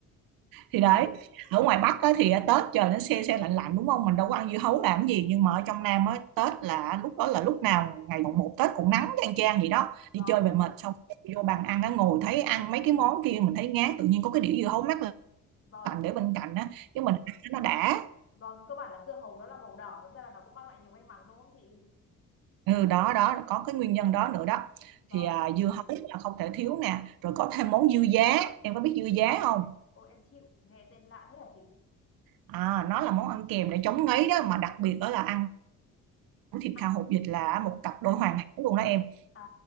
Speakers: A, on the right (about 85°); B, on the left (about 40°).
A: thì đấy ở ngoài Bắc á, thì Tết trời nó se se lạnh lạnh đúng không mình đâu có ăn dưa hấu làm gì nhưng mà ở trong Nam á, Tết là lúc đó là lúc nào ngày mùng một Tết cũng nắng chang chang gì đó đi
B: Vâng,
A: chơi về mệt xong vô bàn ăn á, ngồi thấy ăn mấy cái món kia mình thấy ngán tự nhiên có cái đĩa dưa hấu mát
B: vâng,
A: lạnh để bên cạnh á cái mình ăn nó đã
B: vâng. Cơ bản là dưa hấu nó là màu đỏ, thật ra là nó cũng mang lại nhiều may mắn đúng không chị?
A: ừ, đó đó có cái nguyên nhân đó nữa đó
B: Vâng.
A: thì à, dưa hấu là không thể thiếu nè rồi có thêm món dưa giá em có biết dưa giá không
B: Ôi em chịu, nghe tên lạ thế hả chị?
A: à nó là món ăn kèm để chống ngấy đó mà đặc biệt đó là ăn món thịt
B: À,
A: kho hột vịt là một cặp đôi hoàn hảo luôn đó em
B: À,